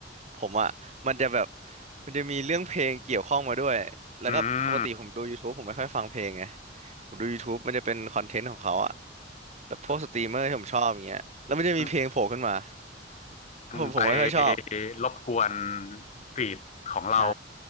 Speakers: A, on the right (about 40°); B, on the left (about 40°).
A: ผมอะมันจะแบบมันจะมีเรื่องเพลงเกี่ยวข้องมาด้วยแล้วก็ปกติผมดู
B: อืม
A: YouTube ผมไม่ค่อยฟังเพลงไงผมดู YouTube มันจะเป็นคอนเทนต์ของเขาอะแบบพวกสตรีมเมอร์ที่ผมชอบอย่างเงี้ยแล้วมันจะมีเพลงโผล่ขึ้นมา
B: มันมันมันไป
A: ผมผมไม่ค่อยชอบ
B: รบกวนฟีดของเรา
A: ใช่